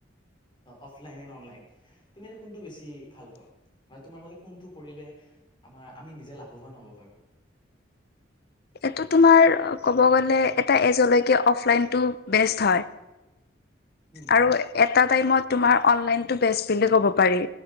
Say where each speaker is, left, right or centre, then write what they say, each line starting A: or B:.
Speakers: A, on the left; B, on the left.
A: অফলাইন এণ্ড অনলাইন। তুমি এনেই কোনটো বেছি ভাল পোৱা? মানে তোমাৰ মতে কোনটো কৰিলে আমাৰ আমি নিজে লাভৱান হ'ব পাৰোঁ?
B: এইটো তোমাৰ ক'ব গ'লে এটা এজলৈকে অফলাইনতটো বেষ্ট হয়,
A: উম
B: আৰু এটা টাইমত তোমাৰ অনলাইনটো বেষ্ট বুলি ক'ব পাৰি,